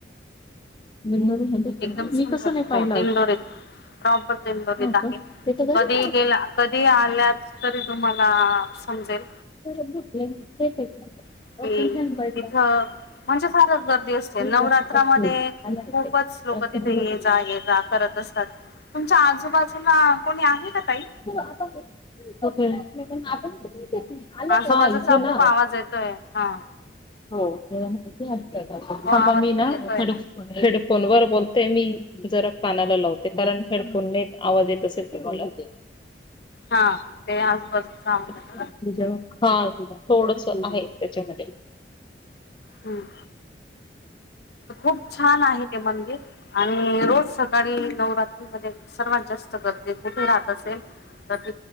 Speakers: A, on the left; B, on the left.
A: <unintelligible>
B: एकदम
A: मी
B: सुंदर
A: कसं नाही पाहिलं
B: हो दिंडोरीत
A: अजून.
B: प्रॉपर दिंडोरीत
A: हो का?
B: आहे
A: ते तर घरीच
B: कधी गेला कधी आल्याच तरी तुम्हाला समजेल.
A: बर <unintelligible> तेच आहेत का.
B: की
A: व तुम बला
B: तिथं म्हणजे फारच गर्दी असते नवरात्रामध्ये
A: जात ख.
B: खूपच लोक
A: रक्तपुड
B: तिथे ये जा ये जा करत असतात. तुमच्या आजूबाजूला कोणी आहे का ताई?
A: आता हा
B: आजूबाजूचा
A: इथे ना
B: खूप आवाज येतोय हा
A: हो माहिती
B: तो आवाज
A: मी ना
B: येतोय
A: हे हेडफोन वर बोलते मी जरा कानाला लावते कारण हेडफोनने आवाज येत असेल तुमला
B: हा ते आजपास-
A: तु हाु थोडस आहे त्याच्यामध्ये.
B: हम्म! खूप छान आहे ते मंदिर. आणि रोज सकाळी नवरात्रीमध्ये सर्वात जास्त गर्दी कुठे राहत असेल. तर